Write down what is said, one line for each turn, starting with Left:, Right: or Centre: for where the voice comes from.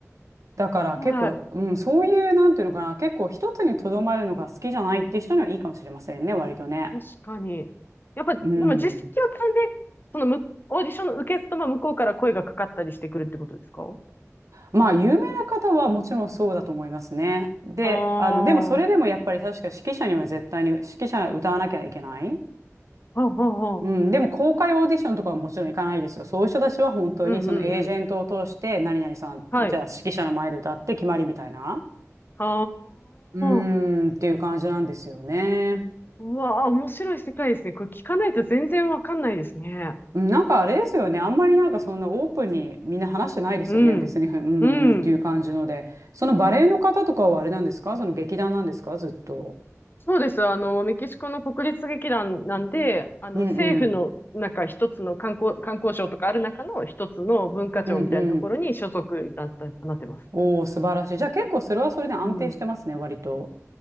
Right: だから結構、
Left: はい
Right: うん、そういうなんていうのかな結構一つにとどまるのが好きじゃないっていう人にはいいかもしれませんね割とね。
Left: 確かに。やっぱ、でも実績を積んで、
Right: うん
Left: そのむ、オーディションの受け付けも向こうから声がかかったりしてくるってことですか
Right: まあ、有名な方はもちろんそうだと思いますね。で、
Left: ああ、
Right: あの、でもそれでもやっぱり確か指揮者には絶対に指揮者歌わなきゃいけない。
Left: はあ、はあ、
Right: うん、でも公開オーディションとかはもちろん行かないですよ。そういう人たちは本当にそのエージェントを通して何々さんって、
Left: うんうんうん。はい。
Right: じゃあ指揮者の前で歌って決まりみたいな。
Left: あ
Right: うーん、
Left: あ、
Right: っていう感じなんですよね。
Left: うわあ、面白い世界ですね。これ聞かないと全然わかんないですね。
Right: うんなんかあれですよね。あんまりなんかそんなオープンにみんな話してないですよね。
Left: うん。
Right: 別に、うんうんっていう感じので。
Left: うん。
Right: そのバレエの方とかはあれなんですかその劇団なんですかずっと。
Left: そうです。あの、メキシコの国立劇団なんで、あの、
Right: うんうん
Left: 政府の、なんか一つの観光、観光省とかある中の一つの文化庁みたいなところに所属になった、
Right: うんうん。
Left: なってます。
Right: おお、素晴らしい。じゃあ結構それはそれで安定してますね、
Left: うん。
Right: 割と。